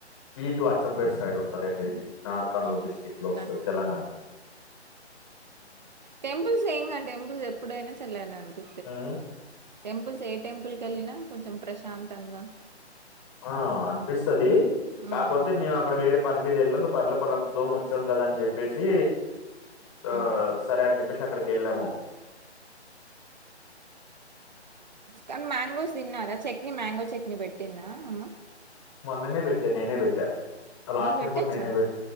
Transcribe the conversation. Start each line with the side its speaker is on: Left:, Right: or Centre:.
Left: ఈటు అచ్చంపేట సైడ్ ఉంటాలండి ఆర్కల్
Right: ఊహూ
Left: డిస్టిక్ లో వస్తుంది
Right: నాకు
Left: తెలంగాణ
Right: టెంపుల్ ఏం కాదు టెపుల్స్ ఎప్పుడైనా చల్లేగానే అనిపి
Left: హ్మ్
Right: టెంపుల్స్ ఏ టెంపుల్ కి వెళ్ళినా కొంచెం ప్రశాంతంగా
Left: ఆ అనిపిస్తుది
Right: హ్మ్
Left: కాకపోతే మేము అక్కడ వేరే పనిమిద వేళ్ళందు పనిలో పనాలోకి వచ్చాం కదా అని చెప్పేసి ఆ
Right: హ్మ్
Left: సరే అని చెప్పే సి ఎక్కడికి ఎల్లమూ
Right: కానీ మ్యాంగోస్ తిన్నారా చట్నీ మ్యాంగో చట్నీ పెట్టిందా అమ్మ
Left: మొన్ననే పెట్టా నేనే పెట్టా లాస్ట్
Right: మీకు
Left: ఇయర్
Right: పెట్టొచ్చా
Left: కూడా నేనే పెట్ట